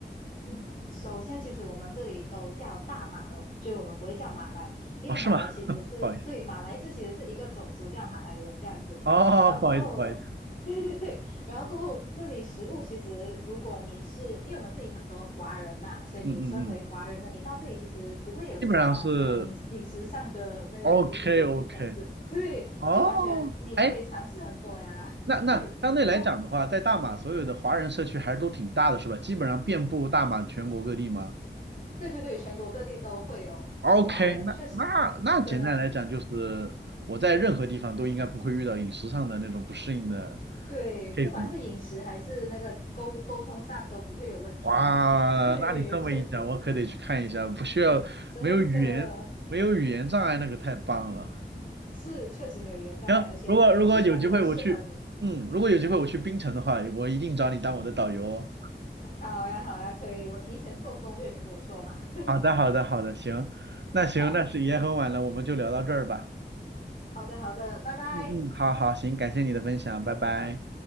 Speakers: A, on the left; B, on the right.
A: 嗯，首先其实我们这里都叫大马咯，就我们不会叫马来，因为马来其实是对马来是其实是一个种族叫马来人这样子。
B: 哦是吗？<laughs> 不好意思，哦不好意思不好意思，
A: 然后过后，<laughs> 对对对，然后过后这里食物其实如果你是因为我们这里很多华人嘛，所以你身为华人的你到这里其实不会有什么呃饮饮食上的那个
B: 嗯嗯嗯，基本上是。OK
A: difficulty
B: OK，
A: 这样子，对，
B: 哦，
A: 就完全你可以尝试很多呀。
B: 哎，那那相对来讲的话，
A: <laughs> 对，你你说。
B: 在大马所有的华人社区还是都挺大的，是吧？基本上遍布大马全国各地吗
A: 对对对，全国各地都会有华人，
B: ？OK，那那那简单来讲就是，
A: 确实，真的，
B: 我在任何地方都应该不会遇到饮食上的那种不适应的
A: 对，
B: case
A: 不管是饮食还是那个沟沟通上都不会有问题。
B: 嘛。哇，
A: <laughs> 对，
B: 那你这么一讲，
A: 确实，
B: 我可得去看一下，不需要，
A: 真的
B: 没有语言，没有语言障碍，那个太棒了。
A: 是确实没有语言障碍，
B: 行，
A: 而且就感觉很适合你。
B: 如果如果有机会我去，嗯，如果有机会我去槟城的话，我一定找你当我的导游哦。
A: <laughs> 好呀，好呀，可以，我提前做攻略，你跟我说嘛。<laughs>
B: 好的，好的，好的，行，那行，
A: 好，
B: 那是也很晚了，我们就聊到这儿吧。
A: 好的，好的，拜拜。
B: 嗯嗯，好好，行，感谢你的分享，拜拜。